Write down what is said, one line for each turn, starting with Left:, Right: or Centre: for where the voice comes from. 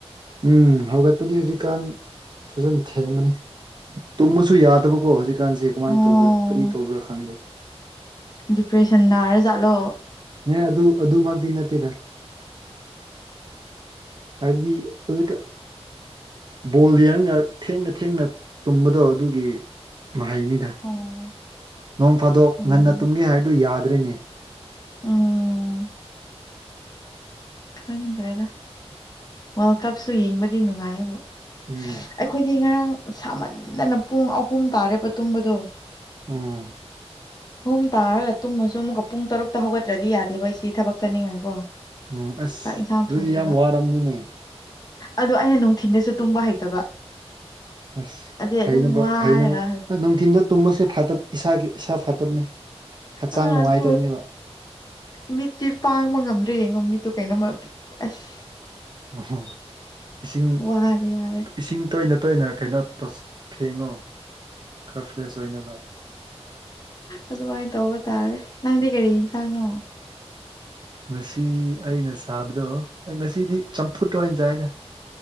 Right: ꯎꯝ ꯍꯧꯒꯠꯄꯗꯤ ꯍꯧꯖꯤꯛꯀꯥꯟ ꯐꯖꯅ ꯊꯦꯡꯕꯅꯤ ꯇꯨꯃꯕꯁꯨ ꯌꯥꯗꯕꯀꯣ ꯍꯧꯖꯤꯛ ꯀꯥꯟꯁꯦ ꯀꯃꯥꯏꯟ
Left: ꯑꯣ
Right: ꯇꯧꯗꯣꯏ ꯀ꯭ꯔꯤ ꯇꯧꯔꯤꯔꯥ ꯈꯪꯗꯦ
Left: ꯗꯤꯄ꯭ꯔꯦꯁꯟ ꯅꯥꯔ ꯖꯥꯠꯂꯣ
Right: ꯍꯦ ꯑꯗꯨ ꯑꯗꯨꯃꯛꯇꯤ ꯅꯠꯇꯦꯗꯥ ꯍꯥꯏꯕꯗꯤ ꯍꯧꯖꯤꯛꯀ ꯕꯣꯜ ꯌꯦꯡꯉꯒ ꯊꯦꯡꯅ ꯊꯦꯡꯅ ꯇꯨꯝꯕꯗꯣ ꯑꯗꯨꯒꯤ ꯃꯍꯩꯅꯤꯗꯥ
Left: ꯑꯣ
Right: ꯅꯣꯡ ꯐꯥꯗꯣꯛ
Left: ꯎꯝ
Right: ꯉꯟꯅ ꯇꯨꯝꯒꯦ ꯍꯥꯏꯔꯗꯨ ꯌꯥꯗ꯭ꯔꯦꯅꯦ
Left: ꯎꯝ ꯈꯪꯗ꯭ꯔꯦꯗ ꯋꯥꯔꯜ ꯀꯞꯁꯨ ꯌꯦꯡꯕꯗꯤ ꯅꯨꯡꯉꯥꯏꯌꯦꯕꯣ
Right: ꯎꯝ
Left: ꯑꯩꯈꯣꯏꯗꯤ ꯉꯔꯥꯡ ꯁꯥꯃꯟꯗꯅ ꯄꯨꯡ ꯑꯍꯨꯝ ꯇꯥꯔꯦꯕ ꯇꯨꯝꯕꯗꯣ
Right: ꯎꯝ
Left: ꯍꯨꯝ ꯇꯥꯔꯒ ꯇꯨꯝꯃꯁꯨ ꯑꯃꯨꯛꯀ ꯄꯨꯡ ꯇꯔꯨꯛꯇ ꯍꯧꯒꯠꯇ꯭ꯔꯗꯤ ꯌꯥꯗꯦꯕ ꯑꯩꯁꯤ ꯊꯕꯛ ꯆꯠꯅꯤꯡꯉꯥꯏꯀꯣ
Right: ꯎꯝ ꯑꯁ
Left: ꯆꯥꯛ ꯏꯟꯁꯥꯡ
Right: ꯑꯗꯨꯗꯤ
Left: ꯊꯣꯡꯕꯤꯕ
Right: ꯌꯥꯝ ꯋꯥꯔꯝꯅꯤꯅꯦ
Left: ꯑꯗꯣ ꯑꯩꯅ ꯅꯨꯡꯊꯤꯟꯗꯁꯨ ꯇꯨꯝꯕ ꯍꯩꯇꯕ
Right: ꯑꯁ
Left: ꯑꯗꯨꯏ
Right: ꯍꯩꯅꯕ
Left: ꯑꯗꯨꯝ ꯋꯥꯔꯒ
Right: ꯍꯩꯅꯕ ꯑꯥ ꯅꯨꯡꯊꯤꯟꯗ ꯇꯨꯝꯕꯁꯦ ꯐꯇꯞ ꯏꯁꯥꯒꯤ ꯏꯁꯥ ꯐꯠꯇꯕꯅꯦ ꯍꯛꯆꯥꯡ
Left: ꯑꯥ
Right: ꯅꯨꯡꯉꯥꯏꯇꯕꯅꯦꯕ
Left: ꯑꯗꯨ ꯃꯤꯠꯇꯤ ꯄꯥꯡꯕ ꯉꯝꯗ꯭ꯔꯦ ꯌꯦꯡꯉꯣ ꯃꯤꯠꯇꯣ ꯀꯩꯅꯣꯃ ꯑꯁ
Right: ꯑꯣ ꯏꯁꯤꯡ
Left: ꯋꯥꯗꯤ ꯋꯥꯔꯦ
Right: ꯏꯁꯤꯡ ꯇꯣꯏꯅ ꯇꯣꯏꯅ ꯀꯩꯅꯣ ꯇꯧ ꯊꯦꯡꯉꯣ ꯈꯔ ꯐ꯭ꯔꯦꯁ ꯑꯣꯏꯅꯕ
Left: ꯑꯗꯨꯃꯥꯏꯅ ꯇꯧꯕ ꯇꯥꯔꯦ ꯅꯪꯗꯤ ꯀꯔꯤ ꯏꯟꯁꯥꯡꯅꯣ
Right: ꯉꯁꯤ ꯑꯩꯅ ꯆꯥꯕꯗꯣ ꯑꯩ ꯉꯁꯤꯗꯤ ꯆꯝꯐꯨꯠ ꯑꯣꯏꯅ ꯆꯥꯏꯗ